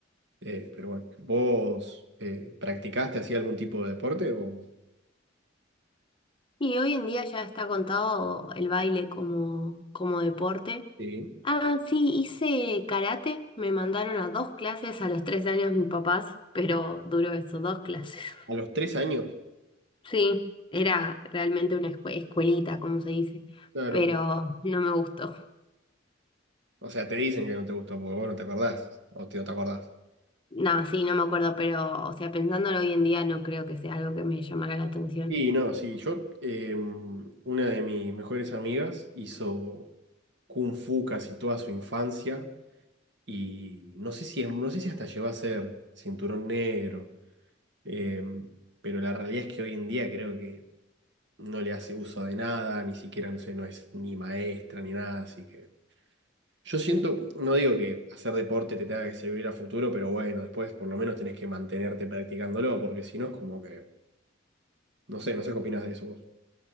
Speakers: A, on the right (about 65°); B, on the left (about 25°).
A: Eh, pero bueno, ¿vos eh, practicaste así algún tipo de deporte o
B: Y hoy en día ya está contado el baile como, como deporte.
A: sí?
B: Ah, sí, hice karate. Me mandaron a dos clases a los tres años mis papás, pero duró eso, dos clases. <laughs>
A: A los tres años.
B: Sí, era realmente una escue- escuelita, como se dice,
A: Claro.
B: pero no me gustó.
A: O sea, te dicen que no te gustó porque vos no te acordás. O te, no te acordás.
B: No, sí, no me acuerdo, pero, o sea, pensándolo hoy en día, no creo que sea algo que me llamara la atención.
A: Y no, sí, yo, eh, una de mis mejores amigas hizo Kung Fu casi toda su infancia. Y no sé si, no sé si hasta llegó a ser cinturón negro. eh, pero la realidad es que hoy en día creo que no le hace uso de nada, ni siquiera, no sé, no es ni maestra ni nada, así que. Yo siento, no digo que hacer deporte te tenga que servir a futuro, pero bueno, después por lo menos tenés que mantenerte practicándolo, porque si no es como que, no sé, no sé qué opinás de eso vos.